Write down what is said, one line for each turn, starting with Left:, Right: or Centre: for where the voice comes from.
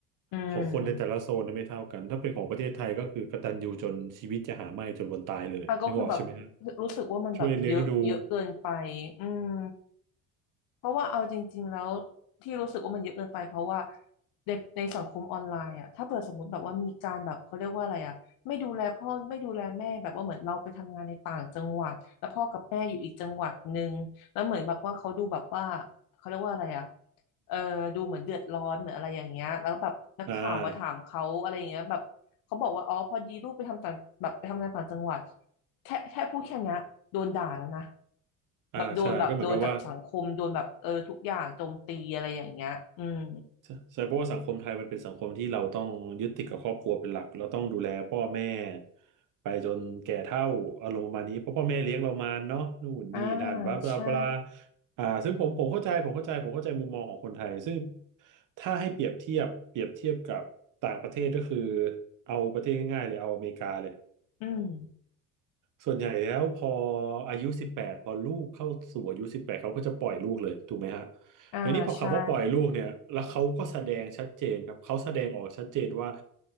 Left: อืม
Right: ของคนในแต่ละโซนเนี่ยไม่เท่ากันถ้าเป็นของประเทศไทยก็คือกตัญญูจนชีวิตจะหาไม่จนวันตายเลยนึกออกใช่ไหมครับ
Left: อ่ะก็คือแบบรู้สึกว่ามันแบบเยอะเยอะเกินไป
Right: ช่วยเลี้ยงดู
Left: อืม เพราะว่าเอาจริงๆแล้วที่รู้สึกว่ามันเยอะเกินไปเพราะว่าเด็กในสังคมออนไลน์อ่ะถ้าเปิดสมมติแบบว่ามีการแบบเขาเรียกว่าอะไรอ่ะไม่ดูแลพ่อไม่ดูแลแม่แบบว่าเหมือนเราไปทำงานในต่างจังหวัดแล้วพ่อกับแม่อยู่อีกจังหวัดหนึ่งแล้วเหมือนแบบว่าเขาดูแบบว่าเขาเรียกว่าอะไรอ่ะเออดูเหมือนเดือดร้อนเหมือนอะไรอย่างเงี้ยแล้วแบบนักข่าวมาถามเขาอะไรอย่างเงี้ยแบบเขาบอกว่าอ๋อพอดีลูกไปทำต่างแบบไปทำงานต่างจังหวัด
Right: อ่า
Left: แค่แค่พูดแค่เนี้ยโดนด่าแล้วนะ
Right: อ่าใช่ก็เหมือนกับว่า
Left: แบบโดนแบบโดนจากสังคมโดนแบบเออทุกอย่างโจมตีอะไรอย่างเงี้ยอืม
Right: ใช่ใช่เพราะว่าสังคมไทยมันเป็นสังคมที่เราต้องยึดติดกับครอบครัวเป็นหลักเราต้องดูแลพ่อแม่ไปจนแก่เฒ่าอารมณ์ประมาณนี้เพราะพ่อแม่เลี้ยงเรามาเนาะนู่นนี่นั่นบลาบลาบลา
Left: อ่าใช่
Right: อ่าซึ่งผมผมเข้าใจผมเข้าใจผมเข้าใจมุมมองของคนไทยซึ่งถ้าให้เปรียบเทียบเปรียบเทียบกับต่างประเทศก็คือเอาประเทศง่ายๆเลยเอาอเมริกาเลย
Left: อืม
Right: ส่วนใหญ่แล้วพออายุสิบแปดพอลูกเข้าสู่อายุสิบแปดเขาก็จะปล่อยลูกเลยถูกไหมฮะ
Left: อ่าใช่
Right: ในนี้พอคำว่าปล่อยลูกเนี่ยแล้วเขาก็แสดงชัดเจนครับเขาแสดงออกชัดเจนว่า